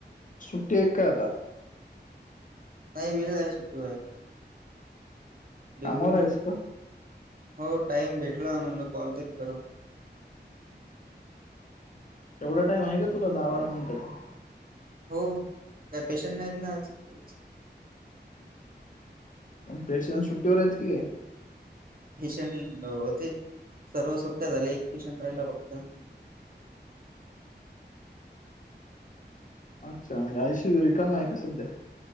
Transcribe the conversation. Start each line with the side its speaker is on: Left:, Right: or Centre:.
Left: सुट्टी एक काय आता.
Right: काही वेळ जा सुट्टी व्हा. ड्युटीवरच
Left: कामावर आहेस
Right: आहे.
Left: का
Right: हो टाईम भेटला म्हणलं कॉल तरी करराव
Left: एवढा टाइम आहे का तुला दहा बारा मिनिटचा.
Right: हो काय पेशंट नाहीत ना अस काही.
Left: पेटन सुट्टीवर आहेत की काय.
Right: पेशंट होते सर्व सुट्ट्या झाल्या एक पेशंट राहिला फक्त.
Left: अच्छा म्हणजे आऐशी रिकम आहे का सध्या.